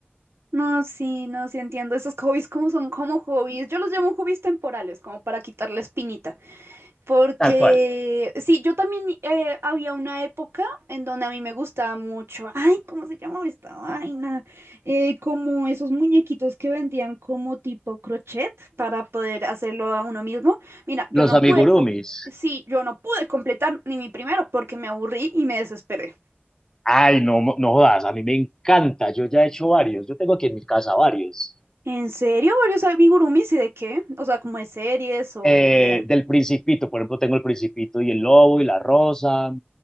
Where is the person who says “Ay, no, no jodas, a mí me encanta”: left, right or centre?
Left